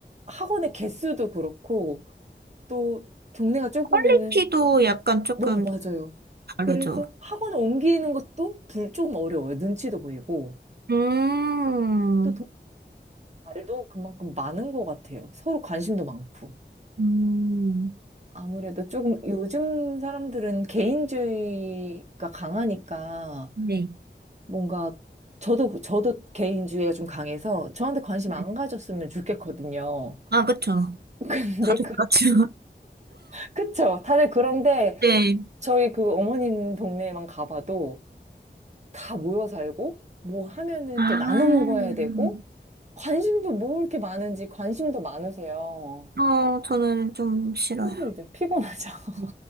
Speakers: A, on the right; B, on the right.
A: 학원의 개수도 그렇고 또 동네가 좁으면은
B: 퀄리티도 약간 조금
A: 뭐 맞아요.
B: 다르죠.
A: 그래서 학원을 옮기는 것도 불 조금 어려워요. 눈치도 보이고
B: 음,
A: 또 동- 말도 그만큼 많은 것 같아요. 서로 관심도 많고.
B: 음,
A: 아무래도 조금 요즘 사람들은 개인주의가 강하니까
B: 네.
A: 뭔가 저도 저도 개인주의가 좀 강해서 저한테 관심
B: 네.
A: 안 가졌으면 좋겠거든요.
B: 아, 그쵸.
A: <laughs> 근데
B: 다들
A: 그
B: 그렇죠.
A: 그쵸. 다들 그런데
B: <laughs> 네.
A: 저희 그 어머님 동네에만 가봐도 다 모여 살고, 뭐 하면은
B: 아,
A: 또 나눠 먹어야 되고, 관심도 뭐 이렇게 많은지 관심도 많으세요.
B: 어, 저는 좀 싫어요.
A: 힘들죠. 피곤하죠. <laughs>
B: 네.